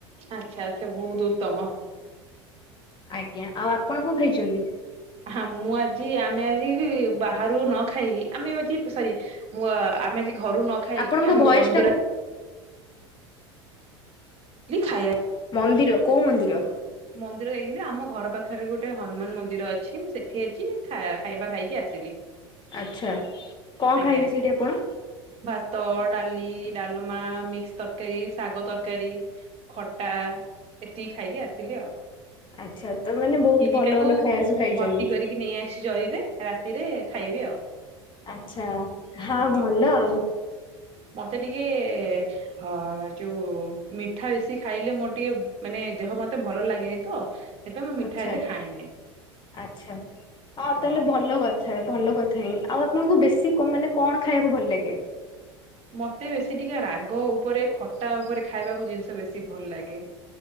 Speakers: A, on the right; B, on the left.
A: ଆଛା ଏତେ ବହୁତ ଉତ୍ତମ।
B: ଆଜ୍ଞା ଆଉ ଆପଣ କଣ ଖାଇଚନ୍ତି?
A: ହଁ ମୁଁ ଆଜି ଆମେ ଆଜି ବାହାରୁ ନ ଖାଇକି ଆମେ ଆଜି ସରି ମୁଁ ଆମେ ଆଜି ଘରୁ ନ ଖାଇକି
B: ଆପଣଙ୍କ
A: ଆମେ
B: ଭଏସ
A: ମନ୍ଦିର
B: ଟା
A: ଲି ଖାଇଆ
B: ମନ୍ଦିର କୋଉ ମନ୍ଦିର?
A: ମନ୍ଦିର ଯାଇଥିଲି। ଆମ ଘର ପାଖରେ ଗୋଟେ ହନୁମାନ ମନ୍ଦିର ଅଛି ମୁଁ ସେଠି ଆଜି ଖାଇବା ଖାଇକି ଆସିଲି।
B: ଆଚ୍ଛା। କଣ
A: ଆଜ୍ଞା
B: ଖାଇଲେ ସେଇଠି ଆପଣ?
A: ଭାତ ଡାଲି ଡାଲମା ମିକ୍ସ ତରକାରୀ ଶାଗ ତରକାରୀ। ଖଟା ଏତିକି ଖାଇକି ଆସିଲି ଆଉ।
B: ଆଚଛା ତ ମାନେ ବହୁତ
A: ଖିରି
B: ଭଲ
A: ଟାକୁ
B: ଭଲ ଖାଇବା ସବୁ ଖାଇଚନ୍ତି।
A: ଭର୍ତ୍ତି <unintelligible> ରାତିରେ ଖାଇବି ଆଉ।
B: ଆଛା ଖା
A: ହଁ
B: ଭଲ ଆଉ।
A: ମତେ ଟିକେ ହଁ ଯୋଉ ମିଠା ବେଶି ଖାଇଲେ ମୋର ଟିକେ ମାନେ ଦେହ ମତେ ଭଲ ଲାଗେନି ତ ସେଥିପାଇଁ ମୁଁ ମିଠା
B: ଆଛା
A: ଏତେ ଖାଏନି।
B: ଆଛା ହଁ
A: ହଁ
B: ତାହେଲେ ଭଲ କଥ ଥା ଭଲ କଥା ହିଁ ଆଉ ଆପଣଙ୍କୁ ବେଶୀ ମାନେ କଣ ଖାଇବାକୁ ଭଲ ଲାଗେ?
A: ମତେ ବେଶୀ ଟିକେ ରାଗ ଉପରେ ଖଟା ଉପରେ ଖାଇବାକୁ ଜିନିଷ ବେଶୀ ଭଲ ଲାଗେ।